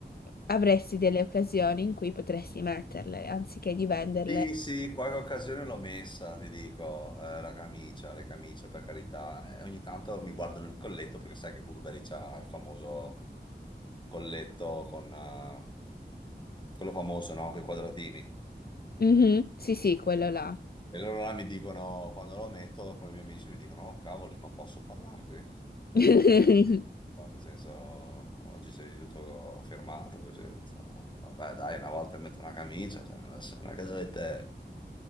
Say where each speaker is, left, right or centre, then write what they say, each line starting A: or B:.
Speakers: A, on the left; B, on the left.
A: avresti delle occasioni in cui potresti metterle, anziché di venderle.
B: Sì, sì, qualche occasione l'ho messa, ti dico, eh, la camicia, le camicie, per carità. Eh, ogni tanto mi guardo nel colletto perché sai che Burberry c'ha il famoso colletto con eh, quello famoso, no? Con i quadratini.
A: Mhm, sì, sì, quello là.
B: E loro là mi dicono, quando lo metto con i miei amici, mi dicono, oh cavoli, ma posso parlarti? Cioè,
A: <laughs>
B: perché, nel senso, oggi sei tutto firmato, così, insomma, vabbè, dai, una volta metto una camicia, cioè, adesso non è che dovete...